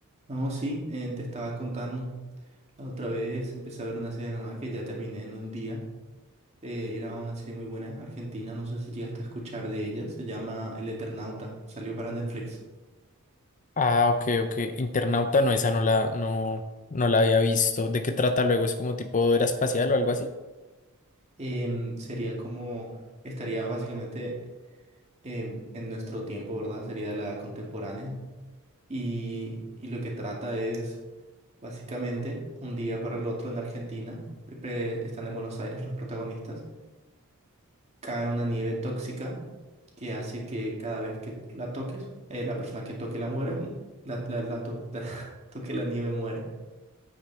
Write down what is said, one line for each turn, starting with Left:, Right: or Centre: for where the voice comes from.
Right: No, sí, eh, te estaba contando. La otra vez empecé a ver una serie nueva que ya terminé en un día. Eh, era una serie muy buena, argentina, no sé si llegaste a escuchar de ella. Se llama El Eternauta, salió para Netflix.
Left: Ah, ok, ok. Internauta, no, esa no la, no, no la había visto. ¿De qué trata luego? ¿Es como tipo era espacial o algo así?
Right: Em, sería como, estaría básicamente em, en nuestro tiempo, ¿verdad? Sería de la edad contemporánea, ¿no? Y, y lo que trata es, básicamente, un día para el otro en Argentina. pe- pe- Están en Buenos Aires los protagonistas cae una nieve tóxica que hace que cada vez que la toques, eh, la persona que toque la muere, mm, la, la- la to- <laughs> la toque la nieve muere.